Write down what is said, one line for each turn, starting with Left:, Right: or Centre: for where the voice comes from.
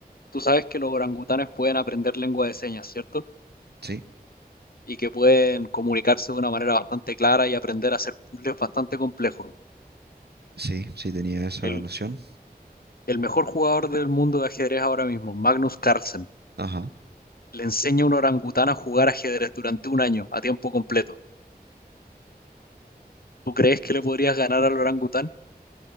Left: Tú sabes que los orangutanes pueden aprender lengua de señas, ¿cierto?
Right: sí,
Left: Y que pueden comunicarse de una manera bastante clara y aprender a hacer puzzles bastante complejos.
Right: sí, sí tenía esa
Left: El,
Right: noción.
Left: el mejor jugador del mundo de ajedrez ahora mismo, Magnus Carlsen,
Right: Ajá.
Left: le enseña a un orangután a jugar ajedrez durante un año a tiempo completo. ¿Tú crees que le podrías ganar al orangután?